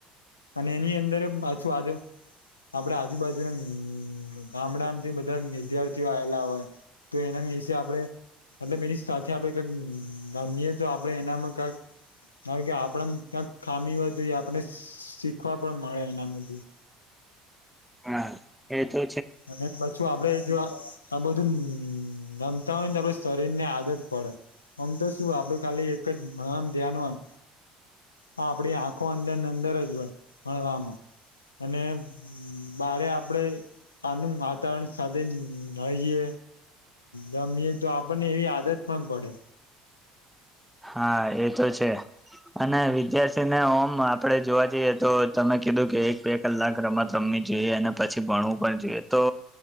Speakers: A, on the left (about 80°); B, in the centre.
A: અને એની અંદર પાછું આજો આપડે આજુબાજુના ગામણાથી બધા વિદ્યાર્થીઓ આવેલા હોય તો એના વિશેે આપડે એટલે એની સાથે આપડે કઈક ગમીએે તો આપડે એનામાં કંક કારણ કે આપણે ક્યાંક ખામી હોય તો એ આપણે શીખવા પણ મળે એનામાંથી હ
B: હા એ તો
A: અને એમ પાછું આપડે જો આ બધું ગમતા હોય ને આપડું શરીરની આદત પડે આમ તો શું આપડું ખાલી એક જ આમ ધ્યાન હોય હા આપડી આંખો અંદરને અંદર જ હોય ભણવામાં અને બારે આપડે આનુ વાતાવરણ સાધે થયે રમીએ તો આપણને એવી આદત પણ પડે
B: હા એ તો છે. અને વિદ્યાર્થીને ઓમ આપડે જોવા જઈએ તો તમે કીધું કે એક બે કલાક રમત રમ વી જોઈએ અને પછી ભણવું પણ જોઈએ તો